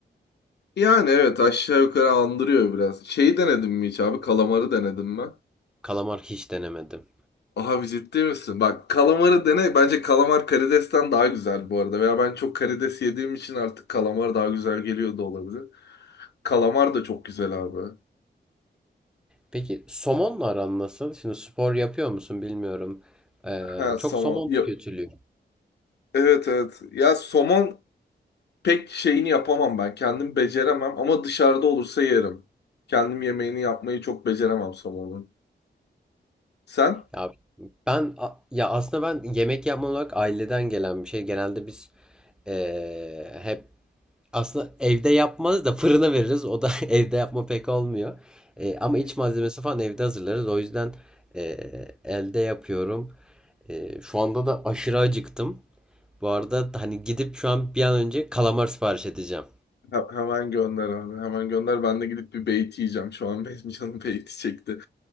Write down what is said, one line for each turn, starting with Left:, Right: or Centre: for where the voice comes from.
Left: Yani evet aşağı yukarı andırıyor biraz. Şeyi denedin mi hiç abi? Kalamarı denedin mi?
Centre: Kalamar hiç denemedim.
Left: Abi ciddi misin? Bak kalamarı dene. Bence kalamar karidesten daha güzel bu arada. Veya ben çok karides yediğim için artık kalamar daha güzel geliyor da olabilir. Kalamar da çok güzel abi.
Centre: Peki somonla aran nasıl? Şimdi spor yapıyor musun bilmiyorum. Ee,
Left: Ha
Centre: çok
Left: somon.
Centre: somon
Left: Ya-
Centre: tüketiliyor.
Left: evet evet. Ya somon pek şeyini yapamam ben. Kendim beceremem ama dışarıda olursa yerim. Kendim yemeğini yapmayı çok beceremem somonun. Sen?
Centre: Ya ben a- ya aslında ben yemek yapma olarak aileden gelen bir şey. Genelde biz ee, hep aslında evde yapmaz da fırına veririz. O da <laughs> evde yapma pek olmuyor. Ee, ama
Left: Hı.
Centre: iç malzemesi falan evde hazırlarız. O yüzden ee, elde yapıyorum. Ee, şu anda da aşırı acıktım. Bu arada hani gidip şu an bir an önce kalamar sipariş edeceğim.
Left: He- hemen gönder abi. Hemen gönder. Ben de gidip bir beyti yiyeceğim. Şu an <laughs> benim canım beyti çekti.